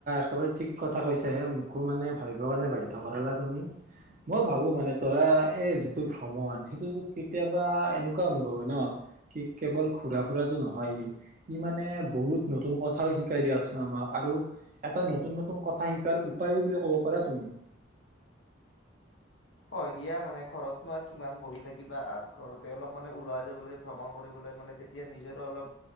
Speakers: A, on the right; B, on the left.
A: ছবে একেবাৰে ঠিক কথা কৈছা হে মোকো মানে ভাবিবৰ কাৰণে বাধ্য কৰালা তুমি মই ভাবো মানে তৰা এই যিটো ভ্ৰমণ সেইটো কেতিয়াবা এনেকুৱা অনুভৱ হয় ন কি কেৱল ঘুৰা ফুৰাতটো নহয় ই মানে বহুত নতুন কথাও শিকাই দিয়কচোন আমাক। আৰু এটা নতুন নতুন কথা শিকাৰ উপায়ো বুলি কব পাৰা তুমি।
B: হয় দিয়া মানে ঘৰতনো আৰু কিমান বহি থাকিবা ঘৰতে অলপ মানে ওলাই যাব লে ভ্ৰমণ কৰিবলৈ মানে তেতিয়া নিজৰো অলপ